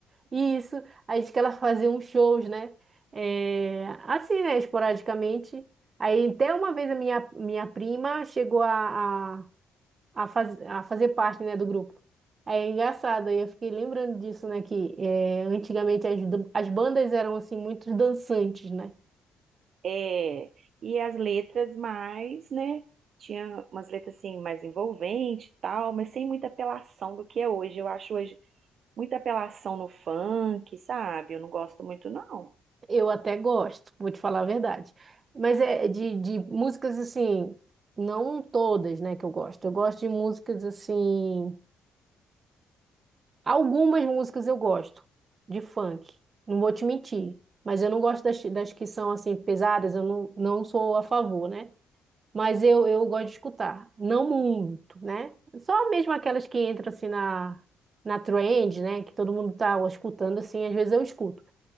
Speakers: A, on the right (about 40°); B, on the right (about 60°).
A: Isso, aí diz que ela fazia uns shows, né? É, assim, né? Esporadicamente. Aí até uma vez a minha, minha prima chegou a, a, a, faz, a fazer parte, né, do grupo. Aí é engraçado, aí eu fiquei lembrando disso, né? Que é, antigamente as, dan- as bandas eram, assim, muito dançantes, né?
B: É, e as letras mais, né? Tinha umas letras assim mais envolvente e tal, mas sem muita apelação do que é hoje. Eu acho hoje muita apelação no funk, sabe? Eu não gosto muito, não.
A: Eu até gosto, vou te falar a verdade. Mas é de, de músicas, assim, não todas, né, que eu gosto. Eu gosto de músicas, assim Algumas músicas eu gosto de funk, não vou te mentir, mas eu não gosto das, das que são assim pesadas, eu não, não sou a favor, né? Mas eu, eu gosto de escutar, não muito, né? Só mesmo aquelas que entram assim na, na trend, né? Que todo mundo tá escutando assim, às vezes eu escuto.